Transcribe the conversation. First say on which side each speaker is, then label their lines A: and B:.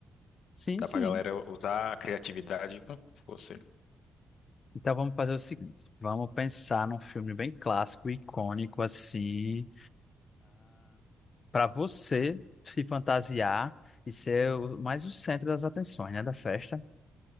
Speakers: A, on the left; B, on the left.
A: Sim,
B: Dá
A: sim.
B: pra galera usar a criatividade com força.
A: Então vamos fazer o seguinte, vamos pensar num filme bem clássico, icônico assim, para você se fantasiar e ser o- mais o centro das atenções, né, da festa.